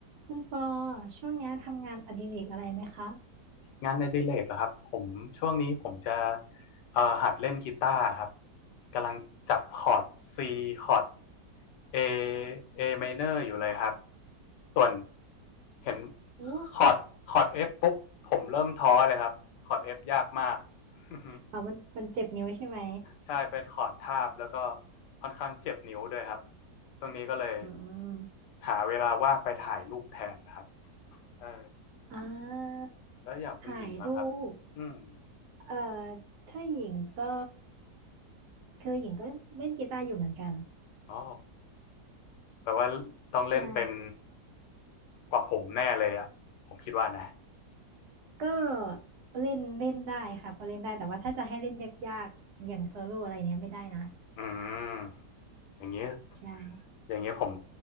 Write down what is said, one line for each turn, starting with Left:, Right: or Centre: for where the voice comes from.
Right: คุณปอช่วงเนี้ยทำงานอดิเรกอะไรไหมคะ
Left: งานในดิเลกเหรอครับผมช่วงนี้ผมจะเอ่อหัดเล่นกีตาร์ครับกำลังจับคอร์ด C คอร์ด A A minor อยู่เลยครับส่วนเห็น
Right: โอ้
Left: คอร์ดคอร์ด F ปุ๊บผมเริ่มท้อเลยครับคอร์ด F ยากมาก <laughs>
Right: อ่ามันมันเจ็บนิ้วใช่ไหม
Left: ใช่เป็นคอร์ดทาบแล้วก็ค่อนข้างเจ็บนิ้วด้วยครับช่วงนี้ก็เลย
Right: อืม
Left: หาเวลาว่างไปถ่ายรูปแทนนะครับเออ
Right: อ่า
Left: แล้วอย่างคุณหญิงล่ะครับอืม
Right: ถ่ายรูปเอ่อถ้าหญิงก็คือหญิงก็เล่นกีตาร์อยู่เหมือนกัน
Left: อ๋อ แปลว่าต้องเล่นเป็น
Right: ใช่
Left: กว่าผมแน่เลยอ่ะผมคิดว่านะ
Right: ก็เล่นเล่นได้ค่ะพอเล่นได้แต่ว่าถ้าจะให้เล่นยากๆอย่างโซโล่อะไรเนี้ยไม่ได้นะ
Left: อืมอย่างนี้
Right: ใช่
Left: อย่างนี้ผม